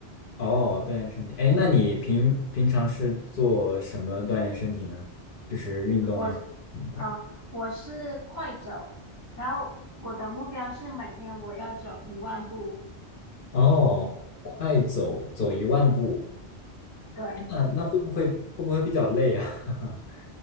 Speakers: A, on the left; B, on the right.
A: 哦，锻炼身体。哎，那你平平常是做什么锻炼身体呢？就是运动啊什么的。
B: 我是啊呃，我是快走，然后我的目标是每天我要走一万步。
A: 哦，快走走一万步，
B: 对，
A: 哎那那会不会会不会比较累啊？<laughs>